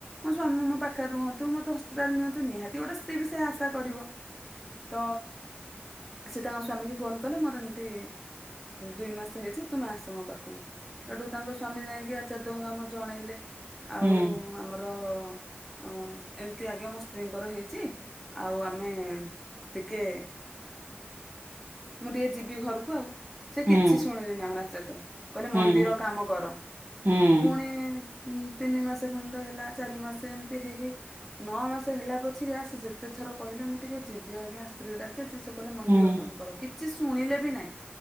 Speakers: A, in the centre; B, on the right (about 50°).
A: ମୋ ସ୍ବାମୀ ମୋ ପାଖରେ ରୁହ ତୁ ମୋତେ ହସ୍ପିଟାଲ ନିଅନ୍ତୁ ନିହାତି ଗୋଟେ ସ୍ତ୍ରୀ ବି ସେ ଆଶା କରିବ ତ ସେ ତାଙ୍କ ସ୍ଵାମୀ କି ଫୋନ୍ କଲେ ମୋର ଏମିତି ଦୁଇ ମାସ ହେଇଚି ତୁମେ ଆସ ମୋ ପାଖକୁ ସେଠୁ ତାଙ୍କ ସ୍ଵାମୀ ଯାଇକି ଆଚାର ଦଉଙ୍କୁ ଆମର ଜଣେଇଲେ
B: ହୁଁ
A: ଆଉ ଆମର ର ଅ ଏମିତି ଆଜ୍ଞା ମୋ ସ୍ତ୍ରୀଙ୍କର ହେଇଚି ଆଉ ଆମେ ଟିକେ ମୁଁ ଟିକେ ଯିବି ଘରକୁ ଆଉ। ସେ
B: ହୁଁ
A: କିଛି ଶୁଣିଲେନି ଆମର ଆଚାର୍ଯ୍ୟ କହିଲେ
B: ହୁଁ
A: ମନ୍ଦିର କାମ କର
B: ହୁଁ
A: ପୁଣି ଉ ତିନି ମାସେ ଖଣ୍ଡେ ହେଲା ଚାରି ମାସେ ଏମିତି ହେଇ ହେଇ ନଅ ମାସ ହେଲା ପଛିକା ସେ ଯେତେ ଥର କହିଲେ ମୁଁ ଟିକେ ଯିବି ଆଜ୍ଞା ସ୍ତ୍ରୀ ଡାକିଚି ସେ କହିଲେ ମନ୍ଦିର
B: ହୁଁ
A: କାମ କର କିଛି ଶୁଣିଲେ ବି ନାଇଁ।